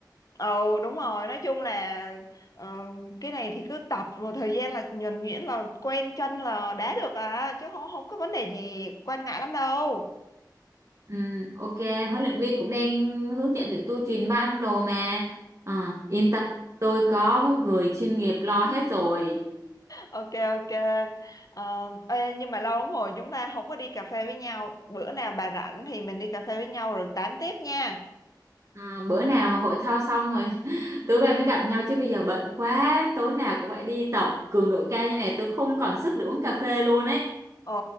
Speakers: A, on the left; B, on the right.
A: ừ đúng rồi nói chung là ờ, cái này thì cứ tập rồi thời gian là nhuần nhuyễn là quen chân là đá được à chứ không không có vấn đề gì quan ngại lắm đâu
B: ừ, ok huấn luyện viên cũng đang hướng dẫn tụi tôi truyền banh đồ mà Ờ, yên tâm tôi có người chuyên nghiệp lo
A: ừ
B: hết rồi
A: Ok ok. Ờ, ê, nhưng mà lâu lắm rồi chúng ta không có đi cà phê với nhau. Bữa nào bà rảnh thì mình đi cà phê với nhau rồi tám tiếp nha.
B: Ờ, bữa nào mà hội thao xong rồi <laughs> tụi bay mới gặp nhau chứ bây giờ bận quá tối nào cũng phải đi tập cường độ cao như này tôi không còn sức để uống cà phê luôn ấy
A: Ờ